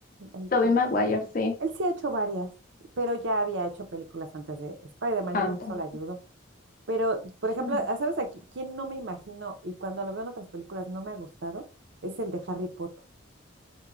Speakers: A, on the right (about 60°); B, on the left (about 45°).
A: El,
B: Tobey Maguire, sí,
A: Él sí ha hecho varias, pero ya había hecho películas antes de Spider-Man,
B: antes.
A: yo creo que eso le ayudó. Pero, por ejemplo,
B: sí
A: ah, ¿sabes aquí quién no me imagino y cuando lo veo en otras películas no me ha gustado? Es el de Harry Potter.